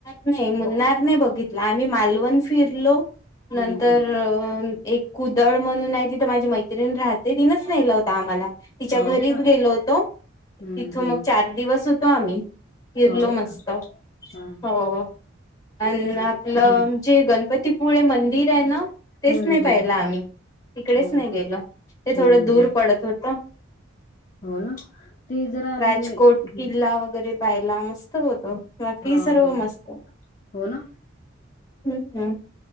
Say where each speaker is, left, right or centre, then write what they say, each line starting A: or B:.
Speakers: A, on the left; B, on the left.
A: नाही मुनणार नाही बघितला आम्ही मालवण फिरलो नंतर
B: हम्म हम्म
A: एक कुदळ म्हणून आहे तिथं माझी मैत्रिण राहते तिनच नेलं होतं आम्हाला. तिच्या
B: हो
A: घरीच
B: का
A: गेलो होतो
B: हम्म
A: तिथं
B: हम्म
A: मग चार दिवस होतो आम्ही. फिरलो
B: हो
A: मस्त
B: का हा
A: हो. अन
B: नाही
A: आपलं
B: हम्म
A: जे गणपतीपुळे मंदिर आहे ना? तेच
B: हम्म
A: नाही पाहिलं
B: हम्म
A: आम्ही तिकडेच
B: हो
A: नाही गेलो
B: का
A: ते
B: हम्म
A: थोडं दूर
B: हम्म
A: पडत होत.
B: हो ना ते जरा
A: राजकोट
B: म्हणजे हम्म,
A: किल्ला वगैरे पाहिला मस्त होतो. बाकी
B: हा
A: सर्व
B: हा
A: मस्त
B: हो ना
A: हम्म हम्म.